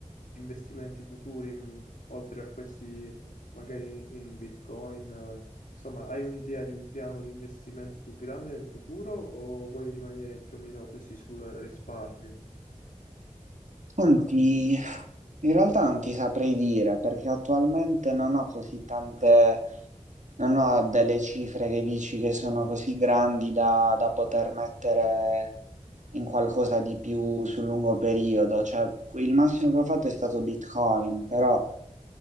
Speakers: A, on the left; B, on the right.
A: investimenti futuri, mh, oltre a questi magari in Bitcoin, eh, insomma, hai un'idea di un piano di investimento più grande nel futuro o vuoi rimanere più o meno così sul risparmio?
B: Senti, In realtà non ti saprei dire perché attualmente non ho così tante, non ho delle cifre che dici che sono così grandi da, da poter mettere in qualcosa di più sul lungo periodo. Cioè, il massimo che ho fatto è stato Bitcoin, però.